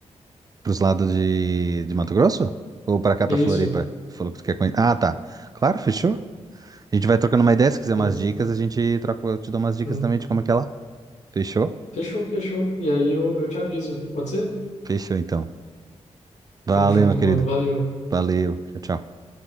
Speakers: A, on the right; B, on the left.
A: Pros lados de, de Mato Grosso? Ou pra cá,
B: Isso,
A: pra Floripa? Falou que tu quer conhecer. Ah, tá. Claro, fechou. A gente vai trocando uma ideia. Se quiser
B: beleza?
A: umas dicas, a gente troca. Eu te dou umas dicas
B: Hum.
A: também de como é que é lá. Fechou?
B: Fechou, fechou. E aí eu, eu te aviso. Pode ser?
A: Fechou, então. Valeu,
B: Tamo junto,
A: meu querido.
B: mano. Valeu.
A: Valeu. Tchau, tchau.